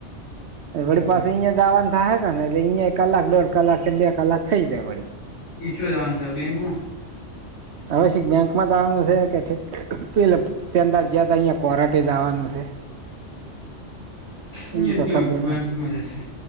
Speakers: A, on the left; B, on the right.
A: હોવે
B: વળી પાસે અહિયા જાવાનું થાહે હે ને એટલે અહિયા કલાક દોઢ કલાક કે બે કલાક થઇ જાય વળી.
A: પીછો જાવાન છે બેંકો
B: હવે શી બેંકમાં જવાનું છે કે ઠીક પેલે તંદાળ જયા હતા અહીંયા કોરાટે જ આવવાનું છે.
A: મિયા
B: ઈ તો
A: ની
B: ખબર
A: બેંક
B: ન
A: માં જશે.